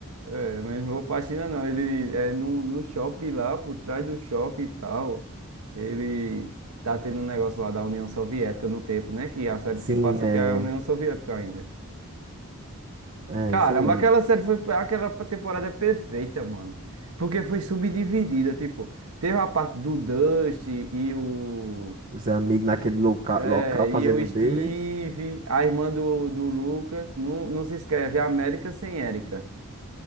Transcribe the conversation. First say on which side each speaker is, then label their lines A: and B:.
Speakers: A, on the right; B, on the right.
A: É, mas não vou pra China não. Ele é no, no shopping lá, por trás do shopping e tal. Ele tá tendo um negócio lá da União Soviética no tempo, né? Que a série
B: Sim,
A: se passa
B: é.
A: que é a União Soviética ainda.
B: É,
A: Caramba,
B: isso mesmo.
A: aquela série foi. Aquela temporada é perfeita, mano. Porque foi subdividida, tipo, teve a parte do Dust e o.
B: os amigos naquele loca
A: É,
B: local
A: e
B: fazendo
A: eu
B: o
A: Steve,
B: dele,
A: a irmã do, do Lucas, não, não se escreve é América sem Érica.